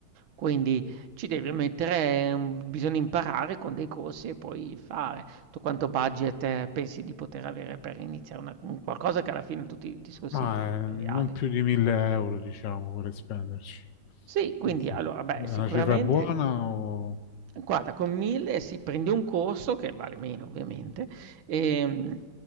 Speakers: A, on the right; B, on the left.
A: Quindi ci devi mettere un bisogna imparare con dei corsi e poi fare. Tu quanto budget eh, pensi di poter avere per iniziare una un qualcosa che alla fine tutti i discorsi
B: Ma
A: imprenditoriali?
B: eh, non più di 1000 euro, diciamo, per spenderci.
A: Sì, quindi
B: Sì.
A: allora
B: È
A: beh,
B: una
A: sicuramente
B: cifra buona o...
A: Guarda, con 1000 sì, prendi un corso che vale meno ovviamente, ehm,